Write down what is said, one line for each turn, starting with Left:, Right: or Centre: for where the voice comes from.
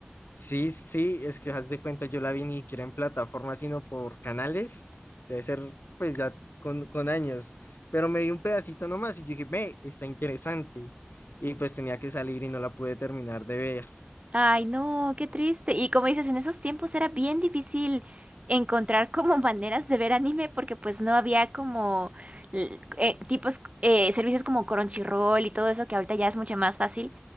Left: Sí, sí, es que haz de cuenta, yo la vi ni siquiera en plataforma, sino por canales, debe ser pues ya con, con años, pero me vi un pedacito nomás y yo dije, ve, está interesante, y pues tenía que salir y no la pude terminar de ver.
Right: Ay, no, qué triste. Y como dices, en esos tiempos era bien difícil encontrar como <laughs> maneras de ver anime porque pues no había como l- eh, tipos, eh, servicios como Crunchyroll y todo eso que ahorita ya es mucho más fácil.